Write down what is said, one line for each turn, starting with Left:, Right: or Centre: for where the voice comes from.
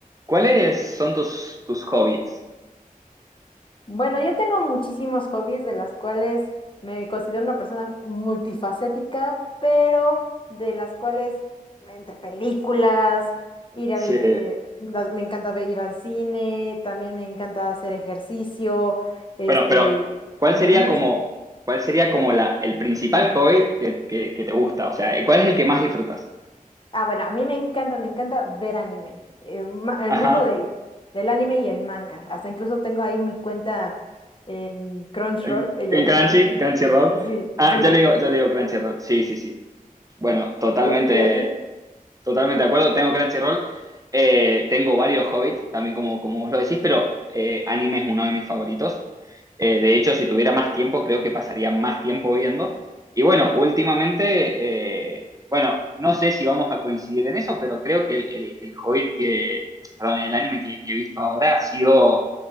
Right: ¿Cuáles son tus, tus hobbies?
Left: Bueno, yo tengo muchísimos hobbies de las cuales me considero una persona multifacética, pero de las cuales entre películas, ir
Right: Sí.
Left: al, eh, las- me encanta ve- ir al cine, también me encanta hacer ejercicio, este,
Right: Bueno, pero ¿cuál
Left: entre
Right: sería
Left: muchos.
Right: como, cuál sería como la, el principal hobby que, que, que te gusta? O sea, ¿cuál es el que más disfrutas?
Left: Ah, bueno, a mí me encanta, me encanta ver anime, eh, ma- el
Right: Ajá.
Left: mundo del, del anime y el manga. Hasta incluso tengo ahí mi cuenta en Crunchyroll
Right: En,
Left: y
Right: en
Left: ahí
Right: Crunchy,
Left: me...
Right: Crunchyroll.
Left: Sí,
Right: Ah,
Left: sí,
Right: ya le
Left: eh,
Right: digo, ya le digo Crunchyroll. Sí, sí, sí. Bueno, totalmente
Left: ¿Y a, y a ti?
Right: Totalmente de acuerdo, tengo Crunchyroll, eh, tengo varios Hobbits, también como, como vos lo decís, pero eh, anime es uno de mis favoritos. Eh, de hecho, si tuviera más tiempo, creo que pasaría más tiempo viendo. Y bueno, últimamente, eh, bueno, no sé si vamos a coincidir en eso, pero creo que el, el, el Hobbit que, perdón, el anime que, que he visto ahora ha sido